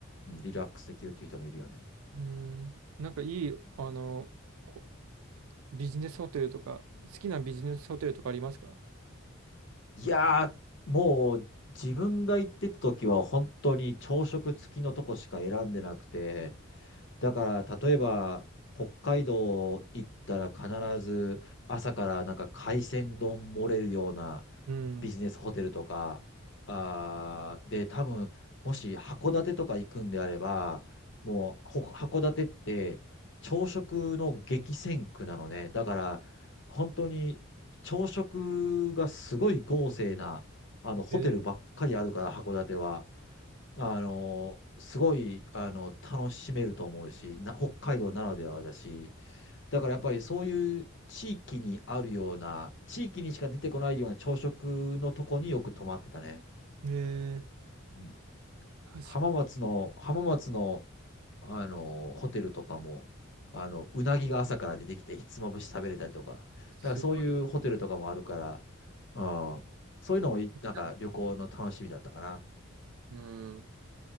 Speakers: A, on the left; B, on the right.
A: うん、リラックスできるっていう人もいるよね。
B: うん、なんかいい、あのービジネスホテルとか、好きなビジネスホテルとかありますか
A: いやー、もう自分が行ってた時は本当に朝食付きのとこしか選んでなくて、だから、例えば、北海道行ったら必ず朝からなんか海鮮丼盛れるような
B: うん。
A: ビジネスホテルとか、あーで、多分、もし函館とか行くんであれば、もう、ほ函館って朝食の激戦区なのね。だから、本当に朝食がすごい豪勢な、あの、
B: え
A: ホテルばっかりあるから、函館は。あの、すごい、あの、楽しめると思うし、な、北海道ならではだし、だからやっぱりそういう地域にあるような、地域にしか出てこないような朝食のとこによく泊まってたね。
B: ー、え
A: うん、
B: ー確かに。
A: 浜松の、浜松の、あの、ホテルとかも、あの、うなぎが朝から出てきて、ひつまぶし食べれたりとか、
B: すごい
A: なんかそういうホテルとかもあるから、うん、そういうのもい、なんか旅行の楽しみだったかな。
B: 気になってるんですよ。うん。